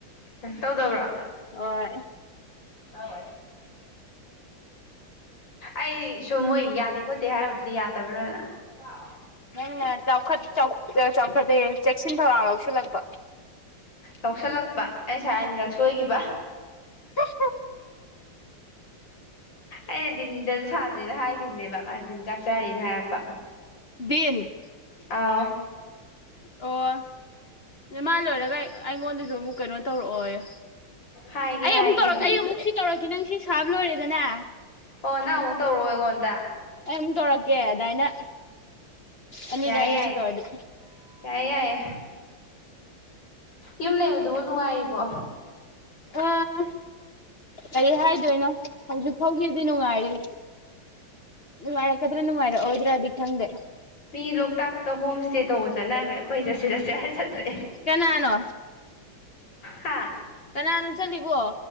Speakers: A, on the left (about 60°); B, on the left (about 40°).
A: ꯀꯩꯁꯨ ꯇꯧꯗꯕ꯭ꯔꯥ
B: ꯍꯣꯏ
A: ꯑꯣ ꯑꯩꯁꯨ ꯃꯣꯏ ꯌꯥꯗꯦ ꯈꯣꯠꯇꯦ ꯍꯥꯏꯕꯗꯨꯗꯤ ꯌꯥꯗꯕ꯭ꯔꯥꯅ ꯅꯥinaudible <inaudible>
B: ꯅꯪꯅ ꯆꯥꯎꯈꯠ ꯆꯥꯎꯈꯠꯇꯦ ꯆꯦꯛꯁꯤꯟ ꯊꯧꯔꯥꯡ ꯂꯧꯁꯤꯜꯂꯛꯄ
A: ꯌꯥꯧꯁꯜꯂꯛꯄ ꯑꯩꯁꯦ ꯉꯥꯁꯥꯏ ꯑꯅꯤꯔꯛ ꯁꯣꯏꯈꯤꯕ
B: ꯍꯦ ꯍꯦ
A: ꯑꯩꯅ ꯗꯤꯟꯗꯁꯨ ꯁꯥꯖꯦꯅ ꯍꯥꯏꯈꯤꯕꯅꯦꯕ ꯃꯥꯗꯤꯟ ꯆꯥꯛ ꯆꯔꯤꯅ ꯍꯥꯏꯔꯛꯄ
B: ꯗꯤꯟ <inaudible>
A: ꯑꯥꯎ
B: ꯑꯣ ꯃꯥ ꯂꯣꯏꯔꯒ ꯑꯩꯉꯣꯟꯗꯁꯨ ꯑꯃꯨꯛ ꯀꯩꯅꯣ ꯇꯧꯔꯛꯑꯣꯌꯣ
A: ꯍꯥꯏꯒꯦ
B: ꯑꯩ
A: ꯍꯥꯏꯒꯦ
B: ꯑꯃꯨꯛ ꯇꯧꯔꯛ ꯑꯩ ꯑꯃꯨꯛ ꯁꯤ ꯇꯧꯔꯛꯀꯦ ꯅꯪ ꯁꯤ ꯁꯥꯕ ꯂꯣꯏꯔꯦꯗꯅꯦ
A: ꯑꯣ ꯅꯪ ꯑꯃꯨꯛ ꯇꯧꯔꯛꯑꯣ ꯑꯩꯉꯣꯟꯗ
B: ꯑꯩ ꯑꯃꯨꯛ ꯇꯧꯔꯛꯀꯦ ꯑꯗꯨꯃꯥꯏꯅ ꯑꯅꯤꯔꯛ
A: ꯌꯥꯏꯌꯦ
B: ꯑꯅꯤꯔꯛ
A: ꯌꯥꯏꯌꯦ
B: ꯇꯧꯔꯗꯤ
A: ꯌꯥꯏꯌꯦ ꯌꯥꯏꯌꯦ ꯌꯨꯝ ꯂꯩꯕꯗꯨꯕꯨ ꯅꯨꯡꯉꯥꯏꯔꯤꯕꯣ
B: ꯑꯥ ꯀꯔꯤ ꯍꯥꯏꯗꯣꯏꯅꯣ ꯍꯧꯖꯤꯛ ꯐꯥꯎꯒꯤꯗꯤ ꯅꯨꯡꯉꯥꯏꯔꯤ ꯅꯨꯪꯉꯥꯏꯔꯛ ꯀꯗꯔꯥ ꯅꯨꯉꯥꯏꯔꯛ ꯑꯣꯏꯗꯔ꯭ꯗꯤ ꯈꯪꯗꯦ
A: ꯃꯤ ꯂꯣꯛꯇꯥꯛꯇ ꯍꯣꯝ ꯏꯁꯇꯦ ꯇꯧꯕ ꯆꯠꯅꯈ꯭ꯔꯦ ꯑꯩꯈꯣꯏ ꯆꯠꯁꯤ ꯆꯠꯁꯦ ꯍꯥꯏ ꯆꯠꯇ꯭ꯔꯦ
B: ꯀꯅꯥꯅꯣ
A: ꯍꯥꯥ
B: ꯀꯅꯥꯅꯣ ꯆꯠꯂꯤꯕꯣ